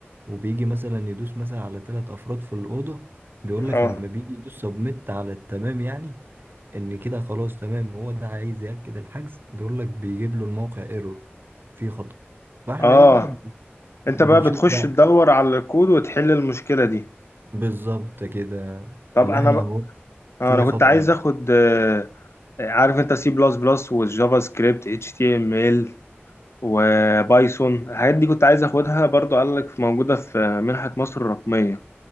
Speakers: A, on the right (about 55°); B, on the left (about 85°).
A: وبيجي مثلا يدوس مثلا على ثلاث افراد في الأوضة بيقول لك
B: اه
A: لما بيجي يدوس سبميت على التمام يعني ان كده خلاص تمام هو ده عايز يأكد الحجز بيقول لك بيجيب له الموقع ايرور فيه خطأ فاحنا
B: اه
A: ايه بقى ب- بنشوف
B: انت بقى بتخش
A: بقى
B: تدور على الكود وتحل المشكلة دي
A: بالظبط كده
B: طب
A: اللي
B: انا
A: احنا
B: بقى
A: اهو
B: آه
A: في
B: انا
A: خطأ
B: كنت عايز
A: هنا
B: اخد آه، عارف انت سي بلس بلس والجافا سكريبت اتش تي ام ال وبايثون الحاجات دي كنت عايز اخدها برضو قال لك موجودة في منحة مصر الرقمية